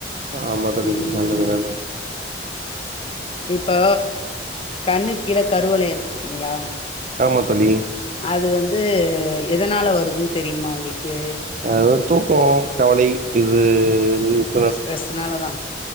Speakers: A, on the right (about 45°); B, on the left (about 30°).
A: ஆமா தோழி
B: ம்
A: நல்லது நல்லது
B: இப்போ கண்ணு கீழ கருவலயொ இருக்கு பாத்தீங்ளா
A: ஆமா தோழி
B: அது வந்து எதனால வருதுன் தெரிமா உங்களுக்கு
A: அது தூக்கோ கவலை இது இது
B: ஸ்ட்ரெஸ்னால தா